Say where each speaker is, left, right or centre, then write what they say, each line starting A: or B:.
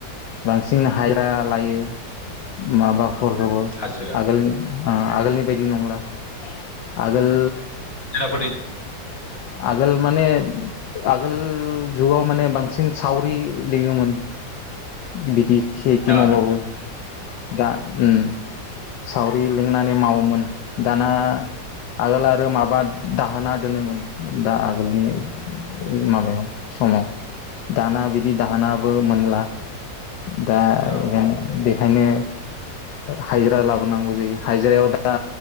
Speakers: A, on the left; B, on the left.
A: बांसिन हाय लायो
B: उम
A: माबा खबो
B: हाजिरा
A: आगोल आगोलनि बायदि नंला आगोल
B: हाजिराफोरनि
A: आगोल माने आगोल जुगाव माने बांसिन सावरि लिङोमोन बिदि खेथि
B: ओ
A: मावबाबो दा ओम सावरि लिंनानै मावोमोन दाना आगोल आरो माबा दाहोना दोनोमोन दा आगोलनि माबायाव समाव दाना बिदि दाहोनाबो मोनला दा
B: ओ औ
A: बेखायनो हाइजिरा लाबोनांगौ जायो हाइजिरायाव दा